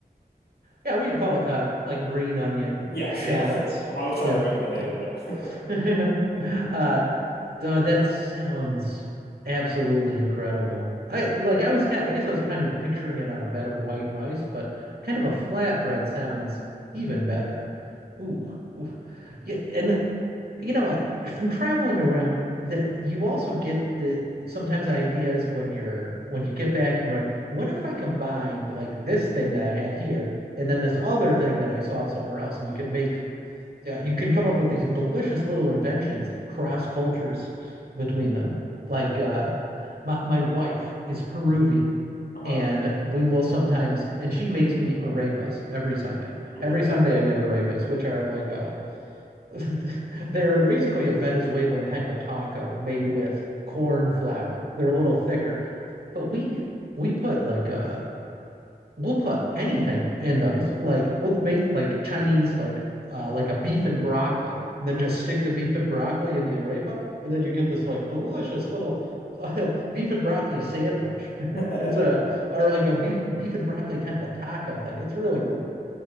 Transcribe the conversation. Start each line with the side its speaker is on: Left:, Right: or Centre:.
Right: Yeah, we'd call it uh like green onion
Left: Yes,
Right: or shallots.
Left: yeah. <laughs> I was trying
Right: Yeah,
Left: to remember the name.
Right: yeah.
Left: Yeah. <laughs>
Right: <laughs> Uh, no, that sounds absolutely incredible. I like I was kind I guess I was kind of picturing it on a bed of white rice, but kind of a flatbread sounds even better. Ooh, ooh. Yeah, and you know what? From traveling around, that you also get the sometimes ideas when you're when you get back and you're like, what if I combined like this thing that I had here and then this other thing that I saw somewhere else, and you could make yeah, you can come up with these delicious little inventions that cross cultures between them. Like uh, my my wife is Peruvian,
Left: Uh
Right: and we will sometimes and she makes me arepas every Sunday.
Left: huh.
Right: Every Sunday I get arepas, which are like uh <laughs> They're basically a Venezuelan kind of a taco made with corn flour. They're a little thicker, but we we put like uh we'll put anything in those. Like we'll make like Chinese like uh like a beef and broccoli, and then just stick the beef and broccoli in the arepa, and then you get this like delicious little <laughs> uh, beef and broccoli sandwich. <laughs>
Left: hmm
Right: It's
Left: <laughs>
Right: a or like a beef beef and broccoli kind of a taco thing. It's really cool.